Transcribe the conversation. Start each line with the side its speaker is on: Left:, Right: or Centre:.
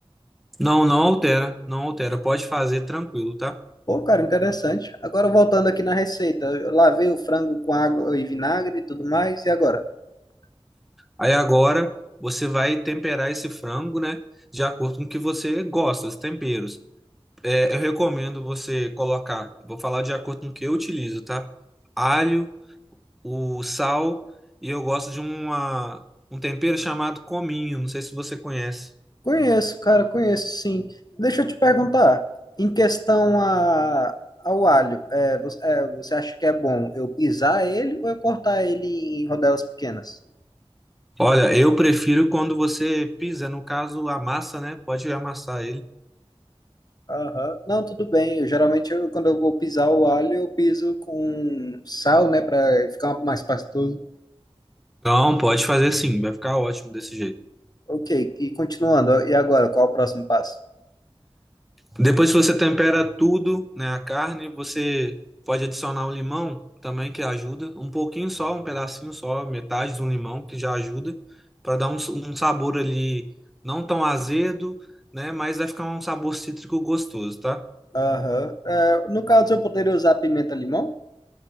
Centre: Não, não altera, não altera. Pode fazer tranquilo, tá?
Left: Pô, cara, interessante. Agora voltando aqui na receita, eu lavei o frango com água e vinagre e tudo mais, e agora?
Centre: Aí agora você vai temperar esse frango, né? De acordo com o que você gosta, os temperos. É, eu recomendo você colocar, vou falar de acordo com o que eu utilizo, tá? Alho, o sal e eu gosto de uma, um tempero chamado cominho. Não sei se você conhece.
Left: Conheço, cara, conheço, sim. Deixa eu te perguntar, em questão a, ao alho, é, você, é, você acha que é bom eu pisar ele ou eu cortar ele em rodelas pequenas?
Centre: Olha, eu prefiro quando você pisa, no caso, amassa, né? Pode amassar ele.
Left: Aham. Não, tudo bem. Eu, geralmente, eu, quando eu vou pisar o alho, eu piso com sal, né, para ficar mais pastoso.
Centre: Não, pode fazer sim, vai ficar ótimo desse jeito.
Left: Ok, e continuando, e agora, qual o próximo passo?
Centre: Depois que você tempera tudo, né, a carne, você pode adicionar um limão também que ajuda, um pouquinho só, um pedacinho só, metade de um limão que já ajuda para dar um, s- um sabor ali não tão azedo, né, mas vai ficar um sabor cítrico gostoso, tá?
Left: Aham. É, no caso, eu poderia usar pimenta-limão?